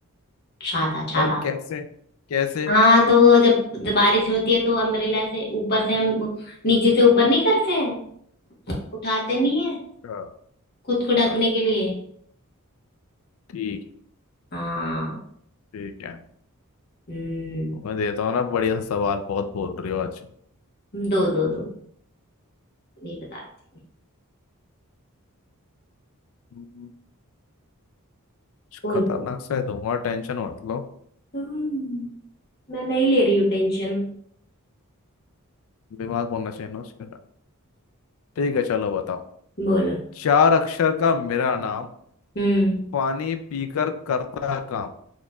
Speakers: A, on the left (about 45°); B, on the left (about 65°).
A: छाता छाता
B: और कैसे कैसे
A: हाँ तो वो जब जब बारिश होती है तो अम्ब्रेला से ऊपर से हम नीचे से ऊपर नहीं करते हैं उठाते नहीं है
B: अच्छा
A: खुद
B: अच्छा,
A: को ढकने के लिए
B: ठीक
A: हाँ
B: ठीक है
A: हम्म
B: तो मैं देता हूँ ना बढ़िया सा सवाल बहुत बोल रही हो आज
A: दो दो दो नहीं बताती
B: हम्म, कुछ
A: बोल
B: खतरनाक सा ही दूंगा टेंशन मत लो
A: हम्म, मैं नहीं ले रही हूँ टेंशन
B: दिमाग होना चाहिए ना उसके अंदर ठीक है चलो बताओ
A: बोलो
B: चार अक्षर का मेरा नाम
A: हम्म
B: पानी पीकर करता काम